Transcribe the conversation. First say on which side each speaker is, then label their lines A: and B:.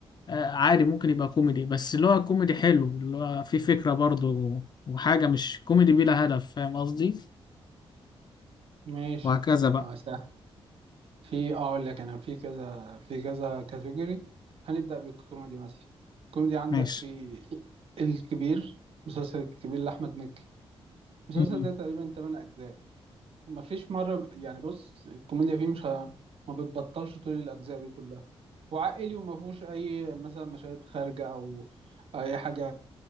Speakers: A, on the left; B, on the right.
A: آه، عادي ممكن يبقى كوميدي بس اللي هو كوميدي حلو اللي هو فيه فكرة برضه وحاجة مش كوميدي بلا هدف فاهم قصدي
B: ماشي
A: وهكذا بقى
B: اه سهل في اقول لك انا في كذا في كذا كاتيجوري هنبدا بالكوميدي مثلا الكوميدي عندك
A: ماشي
B: في الكبير مسلسل الكبير لاحمد مكي المسلسل
A: مم.
B: ده تقريبا 8 اجزاء مفيش مره يعني بص الكوميديا فيه مش ه... ما بتبطلش طول الاجزاء دي كلها وعائلي وما فيهوش اي مثلا مشاهد خارجه او اي حاجه